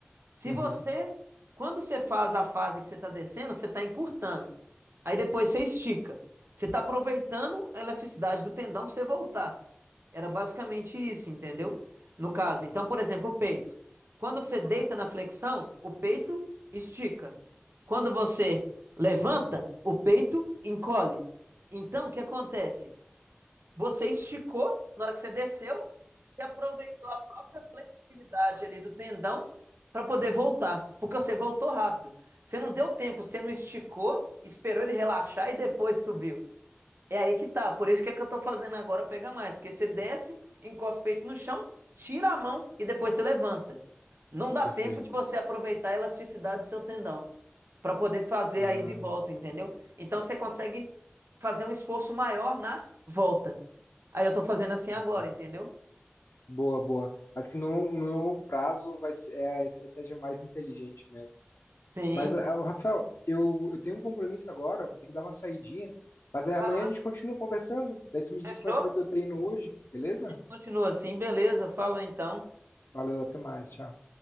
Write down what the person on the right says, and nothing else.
Se
você, quando você faz a fase que você está descendo, você está encurtando. Aí depois você estica. Você está aproveitando a elasticidade do tendão para você voltar. Era basicamente isso, entendeu? No caso, então, por exemplo, o peito. Quando você deita na flexão, o peito estica. Quando você levanta, o peito encolhe. Então, o que acontece? Você esticou, na hora que você desceu, você aproveitou a própria flexibilidade ali do tendão para poder voltar, porque você voltou rápido. Você não deu tempo, você não esticou, esperou ele relaxar e depois subiu. É aí que tá. Por isso que é que eu tô fazendo agora pega mais. Porque você desce, encosta o peito no chão, tira a mão e depois você levanta. Não dá
tempo de você aproveitar a elasticidade do seu tendão para poder fazer
aí de volta, entendeu? Então você consegue fazer um esforço maior na volta. Aí eu tô fazendo assim
agora, entendeu?
Sim.
Ah, não,
Fechou?
Continua assim, beleza. Fala então.